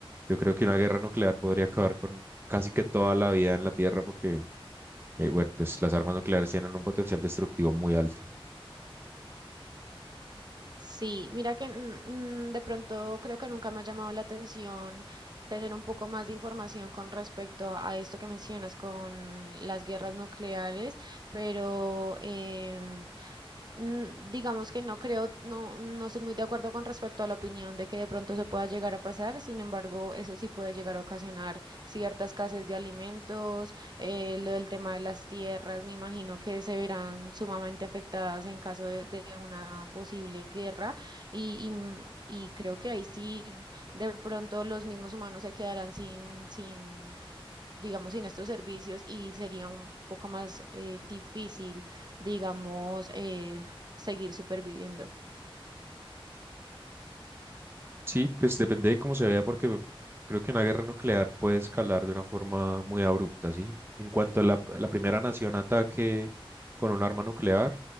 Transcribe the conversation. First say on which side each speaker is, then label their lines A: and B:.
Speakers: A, on the right; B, on the right.
A: yo creo que una guerra nuclear podría acabar con casi que toda la vida en la Tierra porque, eh, bueno, pues las armas nucleares tienen un potencial destructivo muy alto.
B: Sí, mira que mm, mm, de pronto creo que nunca me ha llamado la atención tener un poco más de información con respecto a esto que mencionas con las guerras nucleares, pero em, mm, digamos que no creo, no, no estoy muy de acuerdo con respecto a la opinión de que de pronto se pueda llegar a pasar, sin embargo, eso sí puede llegar a ocasionar cierta escasez de alimentos, eh, lo del tema de las tierras, me imagino que se verán sumamente afectadas en caso de, de una posible guerra y, y mm, y creo que ahí sí de pronto los mismos humanos se quedarán sin, sin digamos, sin estos servicios y sería un poco más eh, difícil, digamos, eh, seguir superviviendo.
A: Sí, pues depende de cómo se vea porque creo que una guerra nuclear puede escalar de una forma muy abrupta, ¿sí? En cuanto a la, la primera nación ataque con un arma nuclear,